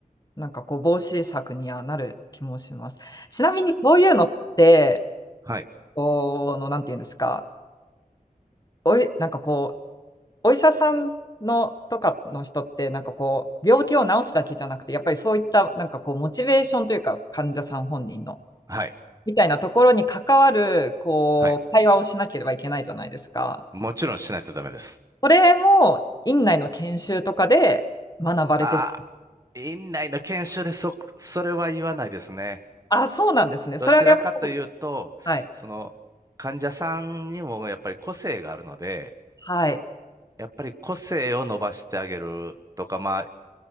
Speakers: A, on the left (about 25°); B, on the right (about 20°).
A: なんかこう、防止策にはなる気もします。ちなみにそういうのって、
B: はい。
A: その、なんていうんですか、おい、なんかこう、お医者さんのとかの人って、なんかこう、病気を治すだけじゃなくて、やっぱりそういった、なんかこう、モチベーションというか、患者さん本人の。
B: はい。
A: みたいなところに関わる、こう、
B: はい。
A: 会話をしなければいけないじゃないですか。
B: もちろんしないとダメです。
A: これも、院内の研修とかで学ばれてる。
B: ああ、院内の研修でそ、それは言わないですね。
A: あ、そうなんですね。それはやっぱり、
B: どちらかというと、
A: はい、
B: その、患者さんにもやっぱり個性があるので、
A: はい、
B: やっぱり個性を伸ばしてあげるとか、ま